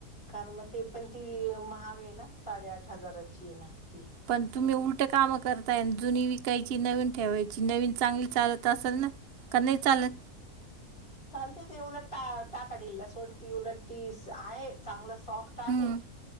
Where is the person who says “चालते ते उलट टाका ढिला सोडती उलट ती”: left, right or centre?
Left